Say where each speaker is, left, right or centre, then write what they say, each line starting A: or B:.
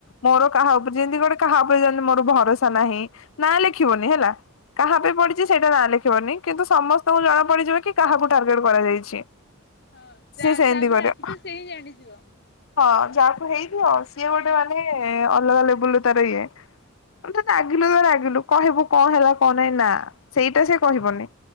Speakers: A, on the left (about 70°); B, on the left (about 50°).
A: ମୋର କାହା ଉପରେ ଯେମିତି ଗୋଟେ କାହା ଉପରେ ଯେମତି ମୋର ଭରସା ନାହିଁ ନା ଲେଖିବନି ହେଲା। କାହା ପାଇଁ ପଡିଛି ସେଇଟା ନାଁ ଲେଖିବନି। କିନ୍ତୁ ସମସ୍ତଙ୍କୁ ଜଣା ପଡିଯିବ କି କାହାକୁ ଟାର୍ଗେଟ କରାଯାଇଛି।
B: ହଁ ଯା
A: ସିଏ ସେମିତି
B: ଯାହାପରେ
A: କରେ।
B: ରାଗିଥିବ ସେ ହିଁ ଜାଣିଯିବ।
A: ହଁ ଯାହାକୁ ହେଇଦିଅ ସିଏ ଗୋଟେ ମାନେ ଅଲଗା ଲେବୁଲ ତାର ଇଏ। ତୂ ରାଗିଲୁ ତ ରାଗିଲୁ କହିବୁ କଣ ହେଲା କଣ ନାହିଁ ନା ସେଇଟା ସେ କହିବନି।